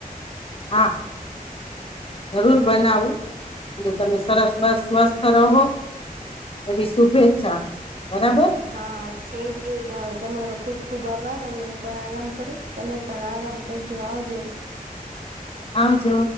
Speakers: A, on the left; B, on the right.
A: હા, જરૂર બનાવું, અને તમે સરસ બસ સ્વસ્થ રહો, એવી શુભેચ્છા. બરાબર
B: હા, થેન્ક યુ તો તમારો ખુબ ખૂબ આભાર હવે હું પણ આરામ કરું, તમે પણ આરામ કરજો આવજો.
A: આવજો.